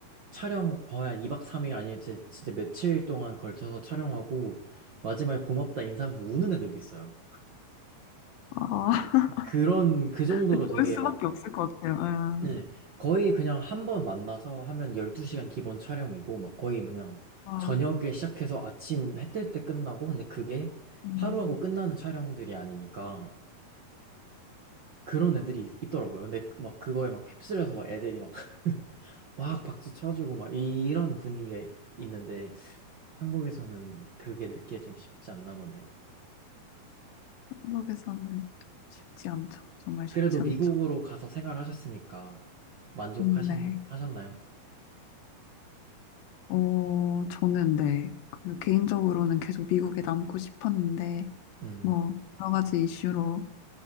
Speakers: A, on the right; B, on the left.
A: 촬영 거의 한 2박 3일 아니면 진짜, 진짜 며칠 동안 걸쳐서 촬영하고 마지막에 고맙다 인사하면서 우는 애들도 있어요.
B: 아, <laughs>
A: 그런, 그 정도로
B: 근데
A: 되게
B: 그럴 음, 수밖에
A: 막,
B: 없을 것 같아요.
A: 예,
B: 예.
A: 거의 그냥 한 번 만나서 하면 12시간 기본 촬영이고 막 거의 그냥
B: 아
A: 저녁에 시작해서 아침 해뜰 때 끝나고 근데 그게
B: 음,
A: 하루하고 끝나는 촬영들이 아니니까 그런 애들이 있, 더라고요 근데 막 그거에 막 휩쓸려서 막 애들이 막 막 박수 쳐주고 막 이런 분위기가 이- 있는데 한국에서는 그게 느끼기 좀 쉽지 않나 보네요.
B: 한국에서는 쉽지 않죠. 정말
A: 그래도
B: 쉽지
A: 미국으로
B: 않죠.
A: 가서 생활하셨으니까 만족하신
B: 음, 네.
A: 하셨나요?
B: 어, 저는 네. 그래서 개인적으로는 계속 미국에 남고 싶었는데,
A: 음,
B: 뭐, 여러 가지 이슈로.